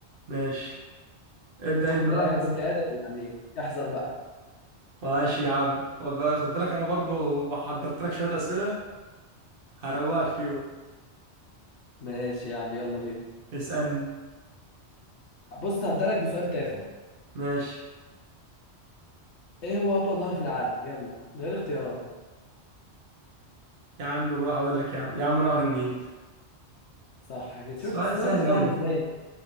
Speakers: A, on the right; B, on the left.
A: ماشي ابدأ
B: بس خد
A: أنت بقى
B: بالك انا كنت ادبي يعني احذر بقى
A: ماشي يا عم خد بقى- خد بالك أنا برضو محضرت لك شوية أسئلة هروقك فيهم
B: ماشي يا عم يلا بينا
A: اسألني
B: بص هبدأ لك بسؤال تافه
A: ماشي
B: ايه هو اطول نهر في العالم يلا من غير اختيارات
A: يا عم بقى هقول لك يا عم يا عم نهر النيل
B: صح كده شفت
A: سؤال
B: السؤال
A: سهل أوي
B: سهل ازاي